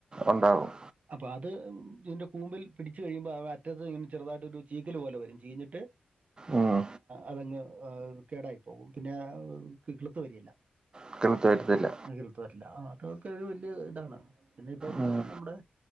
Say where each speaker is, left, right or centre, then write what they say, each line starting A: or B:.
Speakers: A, on the right; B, on the right.
A: ഉണ്ടാവും
B: അപ്പൊ അത് ഇതിന്റെ കൂമ്പിൽ പിടിച്ചച്ച് കഴിയുമ്പോ അടെ അറ്റത് ഇങ്ങെ ചെറുതായിട്ടൊരു ചീക്കല് പോലെരും ചീഞ്ഞിട്ട്
A: ഉം
B: അതങ്ങ് കേടായി പോകും പിന്നെ ക കിളുത്ത് വരിയില്ല.
A: ഉക്ക ത വരത്തില്ല
B: നകൃത്ത് വരില്ല ആത്രകൊ ഒരു വലിയ ഇതാണ് പിന്നെ ഇപ്പം
A: ഉം
B: നമ്മുടെ